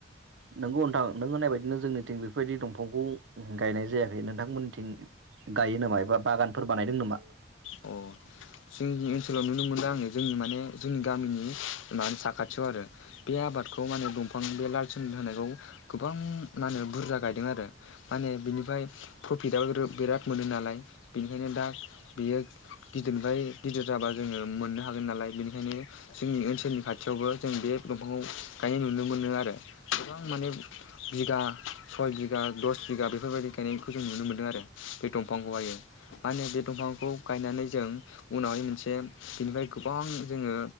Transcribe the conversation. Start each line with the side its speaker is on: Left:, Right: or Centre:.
Right: नोंगौ नोंथां नों होननाय बायदिनो जोंनिथिं बेफोरबायदि दं दंफां गायनाय जायाखै नोंथांमोननिथिं गायो नामा एबा बागानफोर बानायदों नामा?
Left: अ जोंनि ओनसोलाव नुनो मोनदों आङो जोंनि माने जोंनि गामिनि मा साखाथियाव आरो बे आबादखौ माने दंफां बे लाल स होनायखौ गोबां माने बुरजा गायदों आरो माने बिनिफ्राय प्रफिटाबबो बिराद मोनो नालाय बेनिखायनो दा बेयो दि गिदिरनिफ्राय गिदिर जाबा जोङो मोननो हागोन नालाय बेनिखायनो जोंनि ओनसोलनि खाथियावबो जों बे दंफांखौ गायनाय नुनो मोनो आरो गोबां माने बिगा सय बिगा दस बिगा बेफोरबायदि गायनायखौ जों नुनो मोनदों आरो बे दंफांखौहायो मा होनो बे दंफांखौ गायनानै जों उनावहाय मोनसे बिनिफ्राय गोबां जोङो